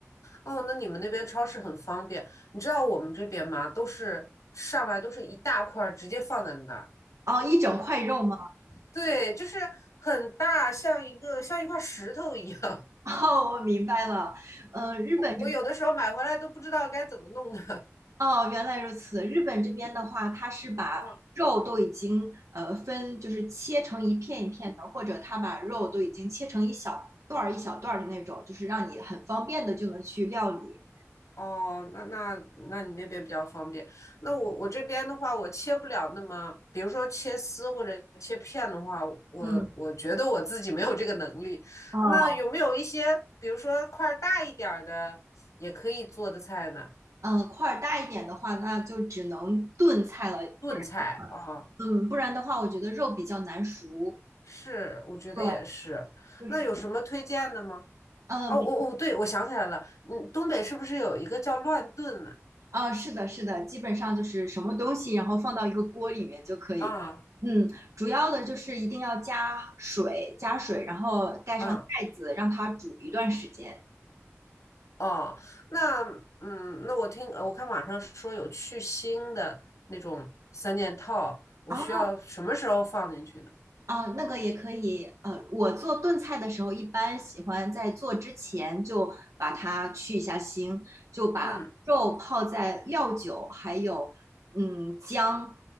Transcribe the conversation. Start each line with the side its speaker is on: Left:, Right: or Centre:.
Left: 哦，那你们那边超市很方便，你知道我们这边吗？都是上来都是一大块儿，直接放在那儿，
Right: 哦，一整块肉吗？
Left: 对，就是很大，像一个像一块石头一样。
Right: <laughs> 哦，我明白了。嗯、
Left: <laughs>
Right: 日本这
Left: 我我有的时候买回来都不知道该怎么弄的。
Right: 哦，原来如此。日本这边的话，它是把肉都已经呃分，
Left: <laughs>
Right: 就是切成一片一片的，或者它把肉都已经切成一小段儿一小段儿的那种，就是让你很方便的就能去料理。
Left: 哦，那那那你那边比较方便。那我我这边的话，我切不了那么，比如说切丝或者切片的话，我我觉得我自己没有这个能力。
Right: 嗯，哦，
Left: 那有没有一些，比如说块儿大一点儿的，也可以做的菜呢？
Right: 嗯，块儿大一点的话，那就只能炖菜了，
Left: 炖菜啊，
Right: 不然，嗯，不然的话，我觉得肉比较难熟。
Left: 是，我觉得也是。
Right: 对，就是，
Left: 那有什么推荐的吗？
Right: 嗯、
Left: 哦，我、哦、我对，我想起来了，嗯，东北是不是有一个叫乱炖呢？
Right: 啊，是的，是的，基本上就是什么东西，然后放到一个锅里面就可以。
Left: 啊
Right: 嗯，主要的就是一定要加水，加水，然后盖上盖子，
Left: 啊
Right: 让它煮一段时间。
Left: 哦，那嗯，那我听呃我看网上说有去腥的那种三件套，我需要什么时候放进去呢？
Right: 啊啊，那个也可以。呃，我做炖菜的时候，一般喜欢在做之前就把它去一下腥，就把肉泡在料酒，
Left: 嗯
Right: 还有嗯姜、